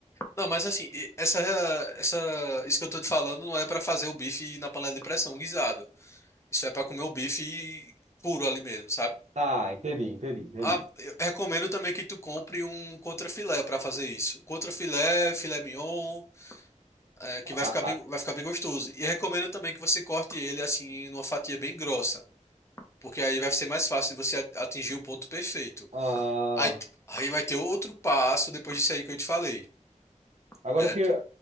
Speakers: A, on the left; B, on the right.
A: Não, mas assim, e- essa, essa, isso que eu tô te falando não é para fazer o bife na panela de pressão guisado. Isso é para comer o bife puro ali mesmo, sabe?
B: Ah, entendi, entendi, entendi.
A: Ah, eu recomendo também que tu compre um contrafilé para fazer isso. Contrafilé, filé mignon, é, que vai
B: A-
A: ficar bem,
B: a-
A: vai ficar bem gostoso. E recomendo também que você corte ele assim numa fatia bem grossa, porque aí vai ser mais fácil de você a- atingir o ponto perfeito.
B: a-
A: Aí, aí vai ter outro passo depois disso aí que eu te falei.
B: agora
A: É,
B: que,